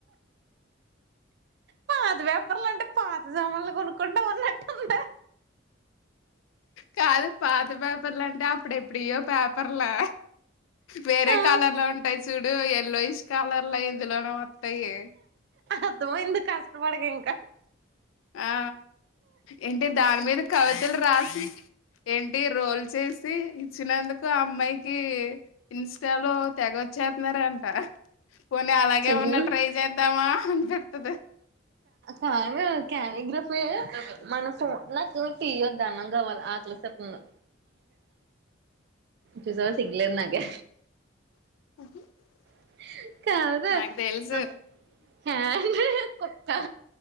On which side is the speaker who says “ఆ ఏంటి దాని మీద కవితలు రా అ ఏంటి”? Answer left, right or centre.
Left